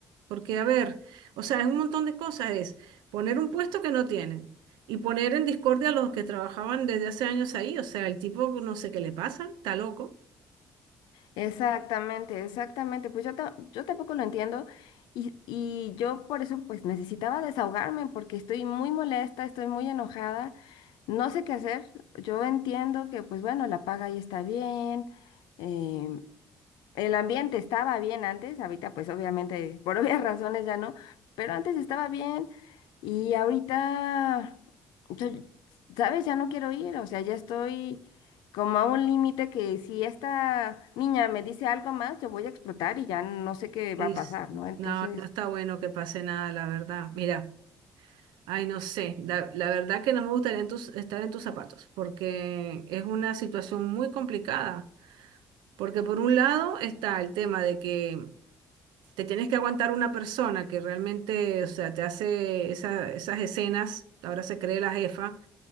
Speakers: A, on the right; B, on the left.
A: Porque, a ver, o sea, es un montón de cosas. Es poner un puesto que no tienen y poner en discordia a los que trabajaban desde hace años ahí. O sea, el tipo no sé qué le pasa, está loco.
B: Exactamente, exactamente. Pues yo, ta- yo tampoco lo entiendo y, y yo por eso pues necesitaba desahogarme porque estoy muy molesta, estoy muy enojada, no sé qué hacer. Yo entiendo que pues bueno, la paga ahí está bien, em, el ambiente estaba bien antes, ahorita pues obviamente por obvias <laughs> razones ya no, pero antes estaba bien y ahorita, yo- ¿sabes? Ya no quiero ir, o sea, ya estoy como a un límite que si esta niña me dice algo más, yo voy a explotar y ya no sé qué va
A: Y
B: a
A: s-
B: pasar, ¿no? Entonces...
A: no, no está bueno que pase nada, la verdad. Mira, ay, no sé. La, la verdad que no me gustaría en tus- estar en tus zapatos porque es una situación muy complicada. Porque por un lado está el tema de que te tienes que aguantar una persona que realmente, o sea, te hace esa- esas escenas, ahora se cree la jefa,